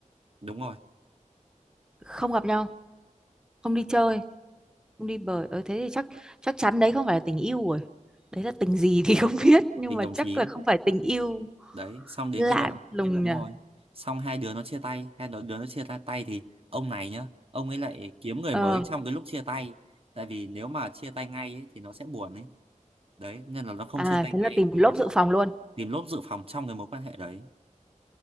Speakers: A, on the right; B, in the centre.
A: đúng rồi
B: không gặp nhau không đi chơi không đi bời ờ thế thì chắc chắc chắn đấy không phải là tình yêu rồi đấy là tình gì thì <laughs> không biết nhưng
A: tình
B: mà
A: đồng
B: chắc
A: chí
B: là không phải tình yêu
A: đấy xong đến
B: lạ như
A: cái
B: là
A: đoạn
B: lùng
A: đúng
B: nhỉ
A: rồi xong hai đứa nó chia tay hai đứa, đứa nó chia tay tay thì ông này nhá ông ấy lại kiếm người
B: ờ
A: mới trong cái lúc chia tay tại vì nếu mà chia tay ngay ấy, thì nó sẽ buồn ấy đấy nên là nó không
B: à
A: chia tay
B: thế
A: ngay
B: là tìm
A: thì
B: lốp
A: nó sẽ
B: dự phòng luôn
A: tìm lốp dự phòng trong cái mối quan hệ đấy